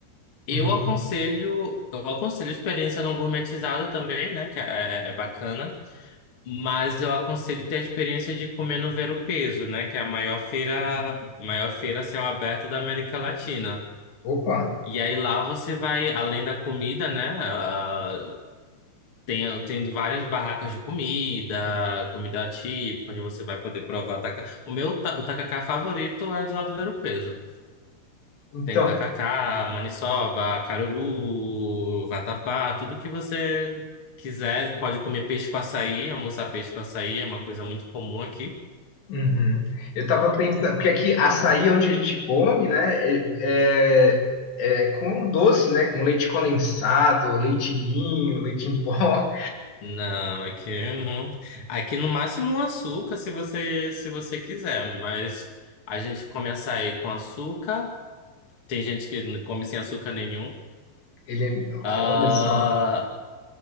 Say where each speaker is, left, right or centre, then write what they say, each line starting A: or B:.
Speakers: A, on the left; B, on the left.
A: Eu
B: Uhum.
A: aconselho, eu aconselho a experiência não gourmetizado também, né, que é é é bacana. Mas eu aconselho ter a experiência de comer no Ver-o-Peso, né? Que é a maior feira, maior feira a céu aberto da América Latina.
B: Opa,
A: E aí lá você vai, além da comida, né? ah, tem, tem várias barracas de comida, comida típica, onde você vai poder provar tacacá. O meu, ta- o tacacá favorito é de lá do Ver-o-Peso.
B: então,
A: Tem tacacá, maniçoba, caruru, vatapá, tudo que você quiser. Pode comer peixe com açaí, almoçar peixe com açaí, é uma coisa muito comum aqui.
B: uhum. Eu tava pensando, porque aqui açaí é onde a gente come, né, é, é, é com doce, né, com leite condensado, leite ninho, leite em pó,
A: Não, aqui, não- aqui no máximo um açúcar, se você, se você quiser, mas a gente come açaí com açúcar, tem gente que não come sem açúcar nenhum.
B: <laughs> ele é,
A: Ah,
B: olha só.